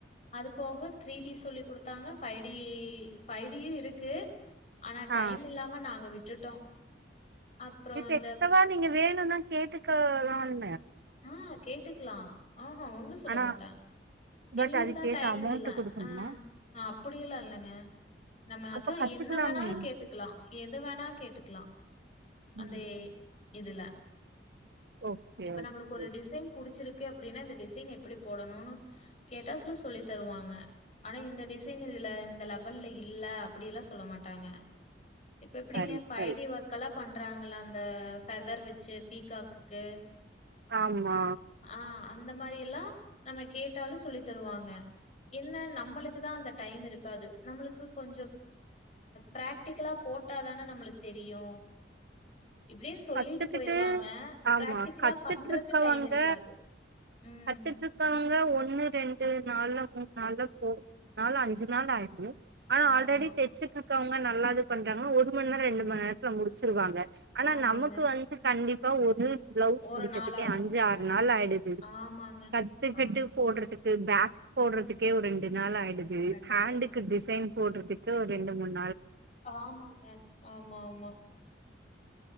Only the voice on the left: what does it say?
அது போக த்ரீ டி சொல்லி குடுத்தாங்க ஃபைவ் டி ஃபைவ் டியு இருக்கு ஆனா
டைம் இல்லாம நாங்க விட்டுட்டோம் அப்புறம்
இந்த
ஆ கேட்டுக்கலாம் ஆஹா ஒண்ணும் சொல்ல
மாட்ட
எங்களுக்கு
தா டைம்
இல்ல
ஆ அப்படி எல்லா இல்லங்க நம்ம அத
என்ன வேணாலு கேட்டுக்கலாம் எது வேணா கேட்டுக்கலாம்
அந்த இதுல
இப்ப நம்மளுக்கு
ஒரு டிசைன் புடுச்சிருக்கு அப்டினா இந்த டிசைன் எப்டி போடணுனு கேட்டா கிளாஸ்ல சொல்லி தருவாங்க ஆனா இந்த டிசைன் இதுல இந்த லெவல்ல இல்ல அப்டி எல்லா சொல்ல மா ட்டாங்க இப்ப எப்டிங்க
ஃபைவ்
டே ஒர்க் எல்லா பண்றாங்கள அந்த ஃபெதர் வெச்சு பீகாக்குக்கு
ஆ அந்த மாரி எல்லா நம்ம கேட்டாலு சொல்லித் தருவாங்க என்ன நம்மளுக்குதா அந்த டைம் இருக்காது நம்மளுக்கு கொஞ்சோ பிராக்டிகலா போ போட்டாதான நம்மளுக்கு தெரியு இப்டின்னு சொல்லிட்டு
போயிருவாங்க
பிராக்டிகலா
பண்றக்கு டைம் இருக்காது ம்
ஆமா
ம்
ஆமாங்க.
ஒரு
நாள் ஆகும்.
ம்.
ஆமாங்க.
ஆமா.
ஆ, கண்டிப்பாங்க.
ஆமாங்க ஆமாமா